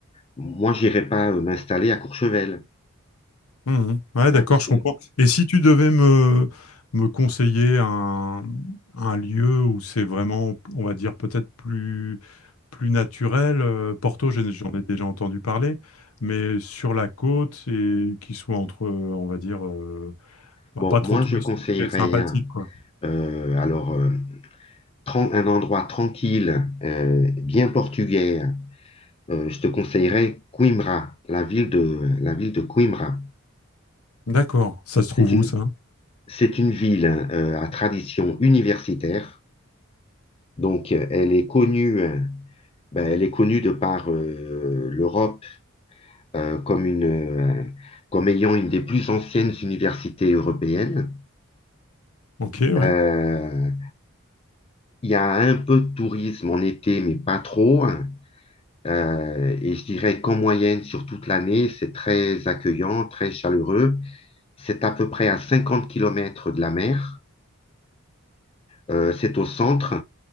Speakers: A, on the left (about 25°); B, on the left (about 85°).
A: moi, j'irais pas euh, m'installer à Courchevel.
B: Mhm. Ouais,
A: hein,
B: d'accord,
A: parce
B: je
A: que-
B: comprends. Et si tu devais me, me conseiller un, un lieu où c'est vraiment, on va dire, peut-être plus, plus naturel, euh, Porto, j'en ai j'en ai déjà entendu parler, mais sur la côte et qui soit entre, euh, on va dire, euh, bah,
A: bon,
B: pas trop
A: moi,
B: touristique
A: je conseillerais,
B: et sympathique,
A: hein,
B: quoi.
A: euh, alors, euh, un endroit tranquille, euh, bien portugais, euh, je te conseillerais Coimbra, la ville de, la ville de Coimbra.
B: D'accord, ça se trouve
A: C'est une,
B: où ça?
A: c'est une ville euh, à tradition universitaire, donc euh, elle est connue, euh, ben, elle est connue de par euh, l'Europe euh, comme une, euh, comme ayant une des plus anciennes universités européennes.
B: Ok, ouais.
A: Euh, il y a un peu de tourisme en été, mais pas trop. Euh, et je dirais qu'en moyenne, sur toute l'année, c'est très accueillant, très chaleureux. C'est à peu près à 50 kilomètres de la mer. Euh, c'est au centre,